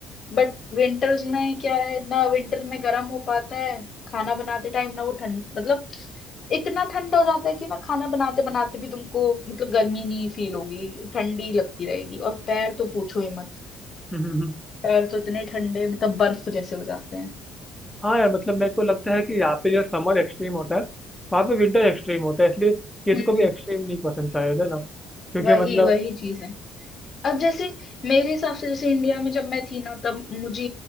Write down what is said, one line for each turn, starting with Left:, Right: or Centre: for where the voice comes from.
Left: बट विंटर्स में क्या है ना विंटर में गर्म हो पाता है खाना बनाते टाइम ना वो ठंड मतलब इतना ठंडा हो जाता है कि ना खाना बनाते बनाते भी तुमको मतलब गर्मी नहीं फील होगी ठंडी लगती रहेगी और पैर तो पूछो ही मत
Centre: हम्म, हम्म, हम्म।
Left: पैर तो इतने ठंडे मतलब बर्फ जैसे हो जाते हैं
Centre: हाँ यार मतलब मेरे को लगता है कि यहाँ पे जो समर एक्सट्रीम होता है वहाँ पे विंटर एक्सट्रीम होता है इसलिए किसी
Left: हम्म
Centre: को भी एक्सट्रीम नहीं पसंद शायद है ना क्योंकि
Left: वही
Centre: मतलब
Left: वही चीज है अब जैसे मेरे हिसाब से जैसे इंडिया में जब मैं थी ना तब मुझे